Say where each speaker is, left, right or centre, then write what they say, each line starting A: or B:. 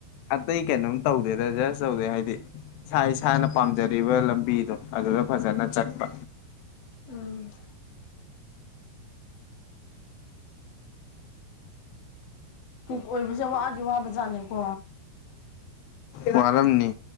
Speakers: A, on the left (about 80°); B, on the left (about 65°).
A: ꯑꯇꯩ ꯀꯩꯅꯣꯝ ꯇꯧꯗꯦꯗ ꯖꯁ ꯇꯧꯗꯦ ꯍꯥꯏꯗꯤ ꯏꯁꯥ ꯏꯁꯥꯅ ꯄꯥꯝꯖꯔꯤꯕ ꯂꯝꯕꯤꯗꯣ ꯑꯗꯨꯗ ꯐꯖꯅ ꯆꯠꯄ
B: ꯎꯝ ꯀꯨꯛ ꯑꯣꯏꯕꯁꯦ ꯋꯥꯗꯤ ꯋꯥꯕꯖꯥꯠꯅꯤꯀꯣ
A: ꯋꯥꯔꯝꯅꯤ